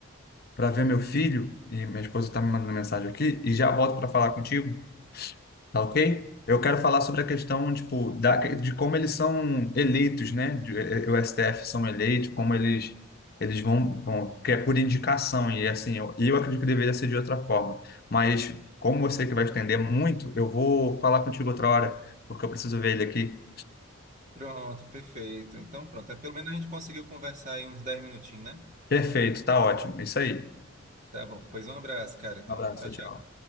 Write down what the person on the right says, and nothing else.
Pronto, perfeito. Então, pronto. É, pelo menos a gente conseguiu conversar aí uns 10 minutinhos, né?
Tá bom. Pois um abraço, cara. Então,
tchau,
tchau.